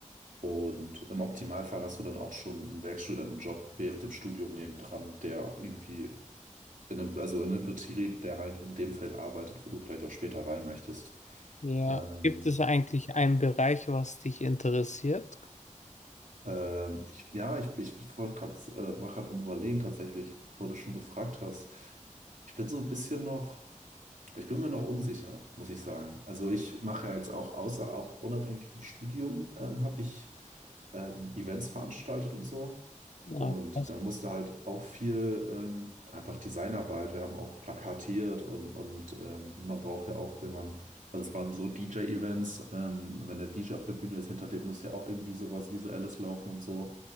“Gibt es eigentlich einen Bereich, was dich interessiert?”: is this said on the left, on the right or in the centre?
Left